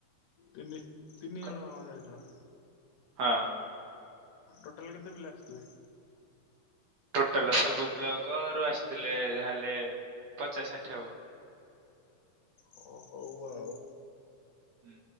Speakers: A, on the left; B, on the right.
A: ତିନେ ତିନି
B: କ-
A: ଜଣ ଜାଇଥିଲ।
B: ହଁ।
A: ଟୋଟାଲ କେତେ ପିଲା ଆସିଥିଲେ?
B: ଟୋଟାଲ ସବୁ ବ୍ଲକ ରୁ ଆସିଥିଲେ ଯାହାେଲେ ପଚାଶ ଷାଠିଏ ହବ।
A: ଓ ହଉ ଆଉ।
B: ହୁଁ।